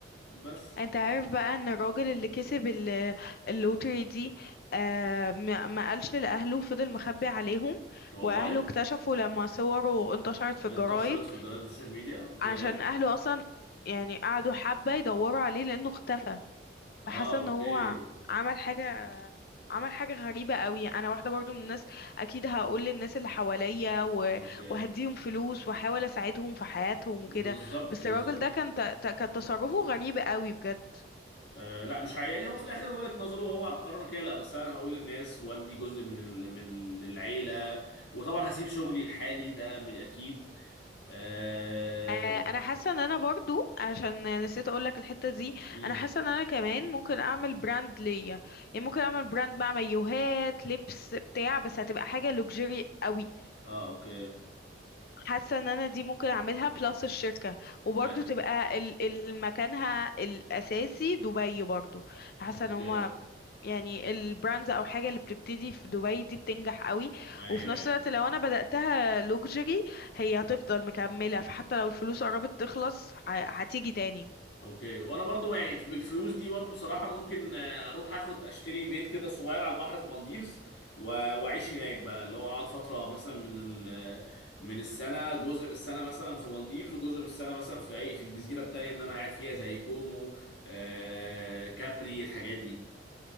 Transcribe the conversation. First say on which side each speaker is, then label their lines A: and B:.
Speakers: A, on the left; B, on the left.
A: بس
B: انت عارف بقى ان الراجل اللي كسب ال- اللوتري دي آه ما ما قالش لاهله فضل مخبي عليهم
A: والله
B: واهله اكتشفوا لما صوره انتشرت في
A: انتشرت
B: الجرايد
A: في الجرايد والسوشيال ميديا اوكي
B: عشان اهله اصلا يعني قعدوا حبة يدوروا عليه لانه اختفى
A: اه
B: فحاسة ان
A: اوكي
B: هو عمل حاجة عمل حاجة غريبة قوي انا واحدة برضو من الناس اكيد هقول للناس اللي حواليا و-
A: اوكي
B: وهديهم فلوس واحاول اساعدهم في حياتهم وكده
A: بالظبط
B: بس
A: بالظبط
B: الراجل ده كان ت- ت- كان تصرفه غريب قوي بجد
A: آه لا مش ع- يعني هو في الاخر وجهة نظره هو هقرر كده لا بس انا هقول للناس وادي جزء من ال... من ال- العيله وطبعا هسيب شغلي الحالي ده من اكيد اه,
B: آه، انا حاسه ان انا برضو عشان نسيت اقول لك الحته دي
A: مم.
B: انا حاسه ان انا كمان ممكن اعمل براند ليا يعني ممكن اعمل براند مع مايوهات لبس بتاع بس هتبقى حاجه لوكسجري قوي
A: آه اوكي
B: حاسه ان انا دي ممكن اعملها بلس الشركه وبرضه
A: آه
B: تبقى ال- ال- مكانها الاساسي دبي برضه حاسه
A: اوكي
B: ان هما يعني البراندز او حاجه اللي بتبتدي في دبي دي بتنجح قوي
A: ايوه
B: وفي نفس
A: أيوة.
B: الوقت لو انا بداتها لوكسجري هي هتفضل مكمله فحتى لو الفلوس قربت تخلص ه- هتيجي تاني
A: اوكي وانا برضو يعني بالفلوس دي برضو بصراحة ممكن آه، اروح اخد اشتري بيت كده صغير على البحر في مالديفز و- واعيش هناك بقى اللي هو اقعد فترة مثلا من ال من السنة جزء من السنة مثلا في مالديفز وجزء من السنة مثلا في اي في الجزيرة التانية اللي انا قاعد فيها زي كومو آه، كابري الحاجات دي